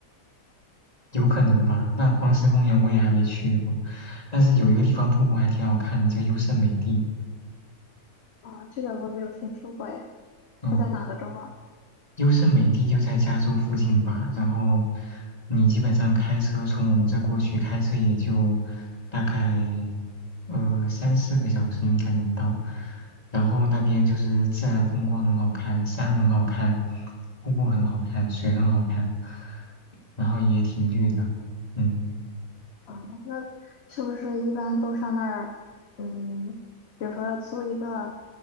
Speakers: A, on the left (about 25°); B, on the left (about 50°).
A: 有可能吧。但黄石公园我也还没去过，但是有一个地方瀑布还挺好看的，叫优胜美地。
B: 啊，这个我没有听说过哎，
A: 嗯。
B: 它在哪个州啊？
A: 优胜美地就在加州附近吧，然后你基本上开车从我们这过去，开车也就大概呃三四个小时应该能到。然后那边就是自然风光很好看，山很好看，瀑布很好看，水很好看，然后也挺绿的，嗯。
B: 啊，那是不是一般都上那儿，嗯，比如说租一个，